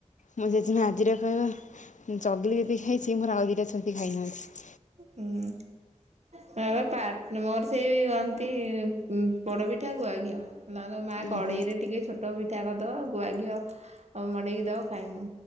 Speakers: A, on the left; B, on the right.
A: ମୋ ଜେଜେମା ଆଜିରେ କହିବ ଚଗିଲି ଯେତିକୀ ଖାଇଛି ମୋର ଆଉ ଦିଇଟା ଛୁଆ କେହି ଖାଇନାହାନ୍ତି।
B: ହୁଁ। ମୋର ଟାଟ୍ ମୋର ସେଇ ହନ୍ତି ପୋଡପିଠା ଗୁଆଘିଅ। ନରମା
A: ଉଁ
B: କଡ଼େଇରେ
A: ହୁଁ
B: ଟିକେ ଛୋଟ ପିଠା କରିଦବ ଗୁଆଘିଅ ଆଉ ମଡ଼େଇକି ଦବ ଖାଇମୁଁ।